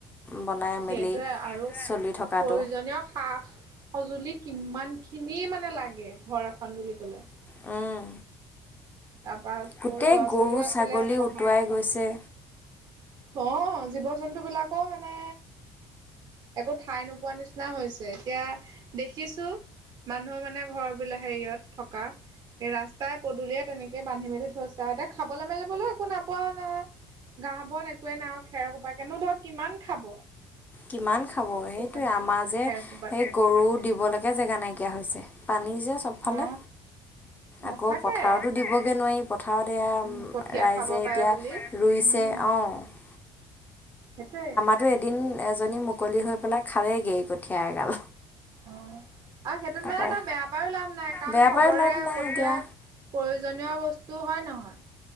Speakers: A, on the left; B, on the right.
A: বনাই মেলি
B: সেইটোৱে আৰু
A: চলি থকাটো
B: প্ৰয়োজনীয় খা সঁজুলি কিমানখিনি মানে লাগে ঘৰ এখন বুলি ক'লে।
A: উম।
B: তাৰপা আকৌ
A: গোটেই
B: ল'ৰা
A: গৰু,
B: ছোৱালীও আছিলে
A: ছাগলী
B: পঢ়া
A: উটুৱাই গৈছে।
B: অ' জীৱ জন্তুবিলাকো মানে একো ঠাই নোপোৱা নিচিনা হৈছে, এতিয়া দেখিছোঁ মানুহৰ মানে ঘৰ বিল হেৰিয়ত থকা। ৰাস্তাই পদূলিয়ে তেনেকে বান্ধি মেলি থৈছে আৰু। এতিয়া খাবলৈ মেলিবলৈ একো নাপোৱা হয় নহয়। ঘাঁহ বন একোৱে নাই আৰু খেৰ কোপাকেনো ধৰক কিমান খাব।
A: কিমান খাব সেইটোৱে।
B: শুকান
A: আমাৰ যে
B: খেৰ সোপাকে
A: সেই গৰু দিব লাগে একে জেগা নাইকিয়া হৈছে, পানী যে চবফালে।
B: অ সঁচাকে
A: আকৌ পথাৰতো দিবগৈ নোৱাৰি, পথাৰত এয়া
B: উম কঠীয়া
A: ৰাইজে
B: খাব পাৰে
A: এতিয়া
B: বুলি
A: ৰুইছে
B: উম
A: অ'।
B: সেইটোৱে।
A: আৰু এদিন এজনী মুকলি হৈ পেলাই খালেগেই কঠীয়া এগাল।
B: অ' আৰু সেইটোত
A: তাৰপৰা
B: মানে এটা বেয়া পায়ো লাভ নাই কাৰণ
A: বেয়া
B: চবৰে
A: পায়ো লাভ নাই
B: কঠীয়া
A: এতিয়া
B: প্ৰয়োজনীয় বস্তু হয় নহয়?